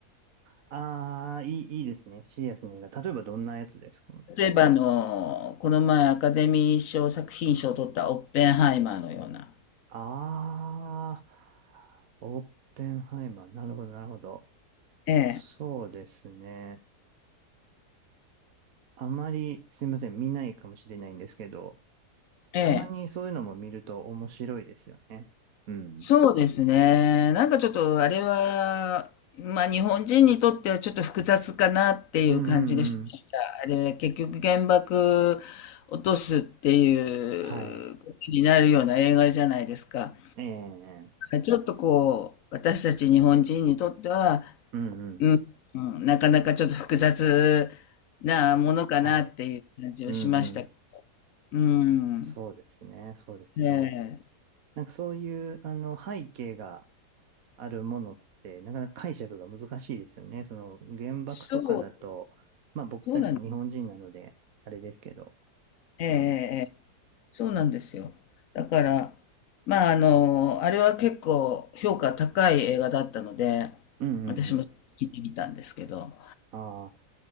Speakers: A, on the right; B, on the left.
A: ああ、いい、いいですね。シリアスな映画。例えばどんなやつですか
B: 例えばあの、この前アカデミー賞作品賞を取ったオッペンハイマーのような。
A: ああ、オッペンハイマー。なるほど、なるほど。
B: ええ、
A: そうですね。あまり、すいません、見ないかもしれないんですけど、
B: ええ。
A: たまにそういうのも見ると面白いですよね。うん。
B: そうですね。なんかちょっとあれは、まあ日本人にとってはちょっと複雑かなっていう感じがしました。
A: うんうんうん。
B: あれ、結局原爆落とすっていうことになるような映画じゃないですか。
A: はい。ええ
B: ちょっとこう、私たち日本人にとっては、
A: うんうん。
B: うん、うん、なかなかちょっと複雑なものかなっていう感じはしました。
A: はい。うんうん。
B: うん。
A: そうですね、そうですね。
B: ええ。
A: なんかそういう、あの、背景があるものって、なかなか解釈が難しいですよね。その原爆とかだと、
B: そう、
A: まあ僕たちも日本人なので、
B: そうな、
A: あれですけど。
B: ええ、
A: うん。
B: ええ、ええそうなんですよ。だから、まあ、あの、あれは結構評価高い映画だったので、
A: うんうんうん。
B: 私も見てみたんですけど、
A: ああ、で